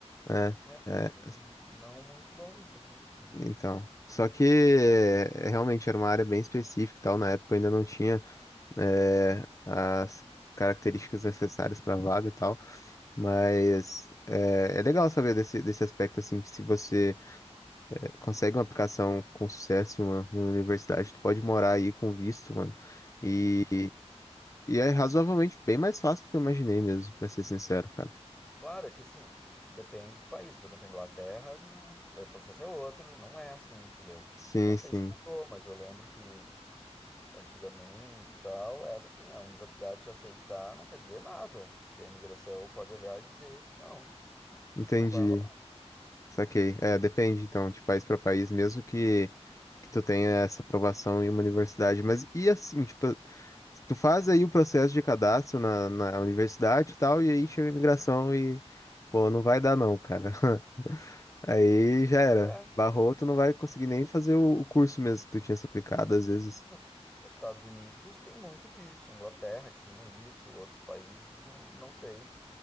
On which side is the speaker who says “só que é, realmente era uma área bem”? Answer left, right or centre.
Left